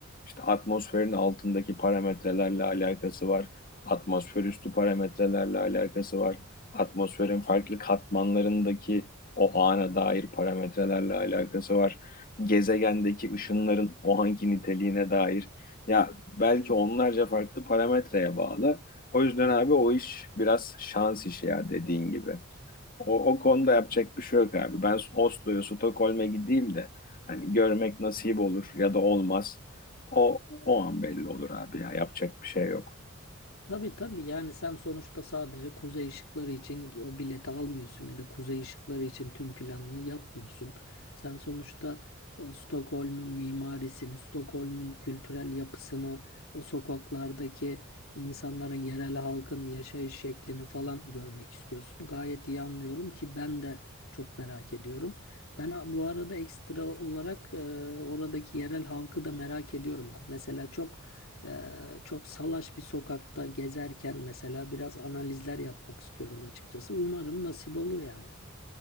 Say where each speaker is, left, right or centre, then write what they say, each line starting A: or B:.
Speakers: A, on the left; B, on the left.
A: işte atmosferin altındaki parametrelerle alakası var. Atmosfer üstü parametrelerle alakası var atmosferin farklı katmanlarındaki o ana dair parametrelerle alakası var. Gezegendeki ışınların o anki niteliğine dair. Ya belki onlarca farklı parametreye bağlı. O yüzden abi o iş biraz şans işi ya dediğin gibi. O, o konuda yapacak bir şey yok abi. Ben Oslo'ya, Stockholm'e gideyim de hani görmek nasip olur ya da olmaz. O, o an belli olur abi ya yapacak bir şey yok.
B: Tabii tabii yani sen sonuçta sadece kuzey ışıkları için o bileti almıyorsun ya da kuzey ışıkları için tüm planını yapmıyorsun. Sen sonuçta o Stockholm'ün mimarisini, Stockholm'ün kültürel yapısını, o sokaklardaki insanların, yerel halkın yaşayış şeklini falan görmek istiyorsun. Gayet iyi anlıyorum ki ben de çok merak ediyorum. Ben a- bu arada ekstra olarak e, oradaki yerel halkı da merak ediyorum abi. Mesela çok Eee, çok salaş bir sokakta gezerken mesela biraz analizler yapmak istiyorum açıkçası. Umarım nasip olur yani.